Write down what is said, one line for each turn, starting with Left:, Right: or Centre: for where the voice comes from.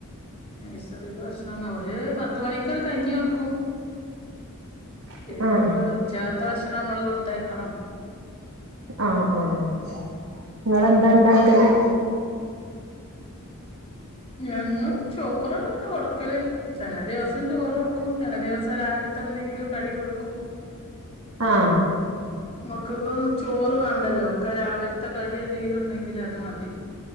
Left: നഴ്സറില് ഭക്ഷണം ഓല് പത്ത്മണിക്കൊര് കഞ്ഞിയൊടുക്കും
Right: ആഹ്
Left: പിന്നെമ്മള് ഉച്ചകത്തെ ഭക്ഷണം മ്മള് കൊടുത്തയക്കണം
Right: ആഹ് ആഹ് ങ്ങളന്താ ഇണ്ടാക്കല്
Left: ഞങ്ങൾ ചോറ് തന്നെ കൊടു ക്കല് ചെലദിവ പ്പം ചോറൊടുക്കും ചെലദിവസം രാവില്ത്തെ എന്തെങ്കിലും കടി കൊടുക്കും
Right: ആഹ്
Left: മക്കൾക്കൊന്നും ചോറ് വേണ്ടല്ലോ ഒക്കെ രാവിലത്തെ കടി എന്തെങ്കിലും ഉണ്ടെങ്കിൽ അത് മതി.